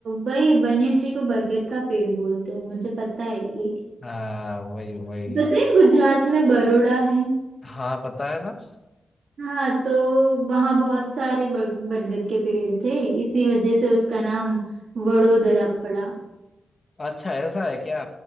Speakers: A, on the right (about 70°); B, on the left (about 30°).
A: वही बनियन ट्री को बरगद का पेड़ बोलते हैं मुझे पता है ये
B: हाँ वही वही
A: पता है गुजरात में बरोड़ा है
B: हाँ पता है ना
A: हाँ तो वहाँ बहुत सारे बर, बरगद के पेड़ थे इसी वजह से उसका नाम वडोदरा पड़ा
B: अच्छा ऐसा है क्या